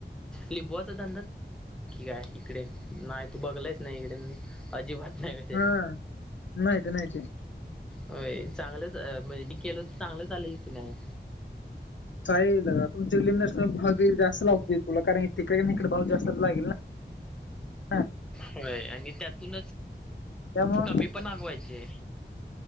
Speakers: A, in the centre; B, on the left (about 80°).
A: लिंबुवाचा धंदा नक्की काय इकडे नाही तू बघलायस नाही इकडे अजिबात नाही कसे
B: हा माहिते माहिते
A: होय चांगलंच म्हणजे मी केल तर चांगलं चालेल की नाही
B: काही लका तुमची लिंण्या भावी जास्त लागतील कलाकारण हे तिकडे इकडे पाऊस जास्तच लागेल ना
A: होय आणि त्यातूनच
B: त्यामुळं
A: कमी पण मागवायचे